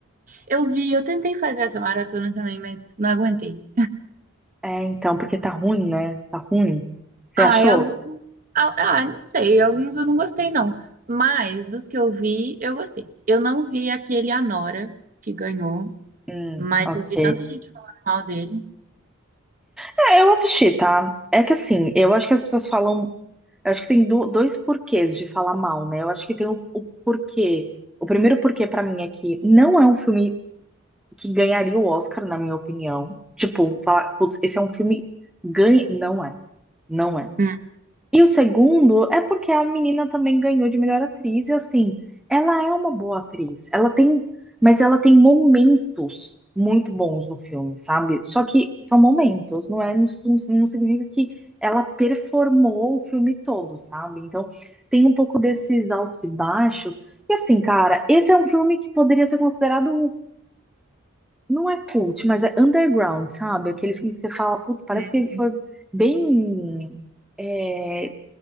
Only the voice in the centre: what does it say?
É, então, porque tá ruim, né? Tá ruim. Você
achou?
Hum,
ok.
É, Eu assisti, tá? É que assim, eu acho que as pessoas falam. Eu acho que tem do- dois porquês de falar mal, né? Eu acho que tem o, o porquê. O primeiro porquê pra mim é que não é um filme que ganharia o Oscar, na minha opinião. Tipo, falar, putz, esse é um filme. Ganha... Não é. Não é.
E o segundo é porque a menina também ganhou de melhor atriz, e assim, ela é uma boa atriz. Ela tem, mas ela tem momentos muito bons no filme, sabe? Só que são momentos, não é? Não, não significa que ela performou o filme todo, sabe? Então, tem um pouco desses altos e baixos. E assim, cara, esse é um filme que poderia ser considerado, não é cult, mas é underground, sabe? Aquele filme que você fala, putz, parece
que ele foi bem é,